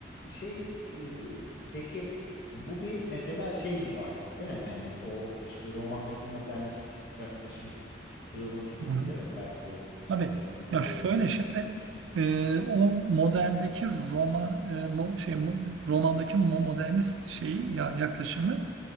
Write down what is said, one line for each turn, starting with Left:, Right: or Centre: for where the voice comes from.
Left: şey e, peki bu bir mesela şey gibi aslında, değil mi? Hani o işte romandaki modernist yaklaşım kırılması gibi
Right: Hı hı.
Left: değil mi? Bertolt
Right: Tabii
Left: Brecht'in
Right: ya
Left: buraya
Right: şöyle
Left: getirdiği.
Right: şimdi e, o moderndeki Roma e, mo- şey mo- romandaki mo- modernist şeyi ya yaklaşımı